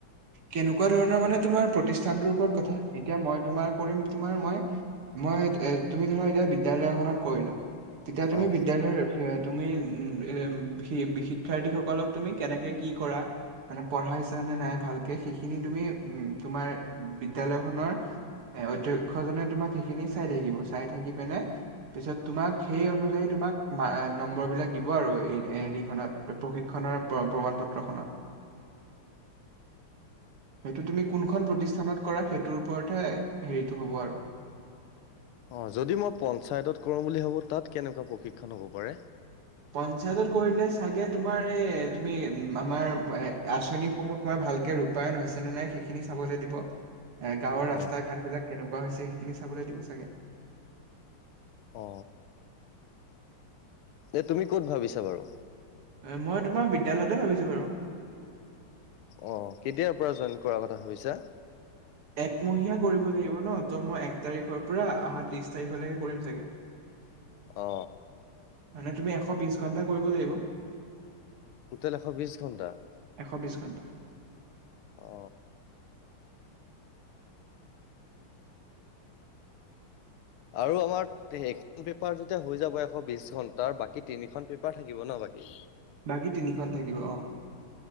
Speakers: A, on the right; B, on the left.
A: কেনেকুৱা ধৰণৰ মানে তোমাৰ প্ৰতিষ্ঠানটোৰ ওপৰত কথা। এতিয়া মই তোমাৰ কৰিম তোমাৰ মই। মই এ তুমি ধৰা এতিয়া বিদ্যালয় এখনত কৰিলা, তেতিয়া তুমি
B: অ
A: বিদ্যালয়ৰ এ তুমি উম এ শি শিক্ষাৰ্থীসকলক তুমি কেনেকে কি কৰা। মানে পঢ়াইছানে নাই ভালকে সেইখিনি তুমি উম তোমাৰ বিদ্যালয়খনৰ এ অধ্যক্ষজনে তোমাক সেইখিনি চাই থাকিব, চাই থাকি পিনে পিছত তোমাক সেই অনুযায়ী তোমাক মা নম্বৰবিলাক দিব আৰু এ হেৰিখনত। প্ৰশিক্ষণৰ প্ৰমাণ পত্ৰখনত। সেইটো তুমি কোনখন প্ৰতিষ্ঠানত কৰা সেইটোৰ ওপৰতহে হেৰিটো হ'ব আৰু।
B: অ যদি মই পঞ্চায়ত কৰাম বুলি ভাবো তাত কেনেকুৱা প্ৰশিক্ষণ হ'ব পাৰে?
A: পঞ্চায়তত কৰিলে চাগে তোমাৰ এই তুমি উম আমাৰ এ আঁচনিসমূহ তোমাৰ ভালকে ৰূপায়ন হৈছে নে নাই সেইখিনি চাবলৈ দিব। এ গাঁৱৰ ৰাস্তা
B: অ
A: ঘাট বিলাক কেনেকুৱা হৈছে সেইখিনি চাবলৈ দিব চাগে।
B: অ। এনে তুমি ক'ত ভাবিছা বাৰু?
A: এ মই তোমাৰ বিদ্যালয়তে ভাবিছো বাৰু।
B: অ কেতিয়াৰ পৰা জইন কৰাৰ কথা ভাবিছা?
A: একমহীয়া কৰিব লাগিব ন, ত মই এক তাৰিখৰ পৰা অহা ত্ৰিশ তাৰিখলৈকে কৰিম চাগে।
B: অ।
A: মানে তুমি এশ বিশ ঘণ্টা কৰিব লাগিব।
B: টোটেল এশ বিশ ঘণ্টা?
A: এশ বিছ ঘণ্টা।
B: অ। আৰু আমাক তে সেইখন পেপাৰ যেতিয়া হৈ যাব এশ বিশ ঘন্টা, বাকী তিনিখন পেপাৰ থাকিব ন বাকী?
A: বাকী তিনিখন থাকিব অহ।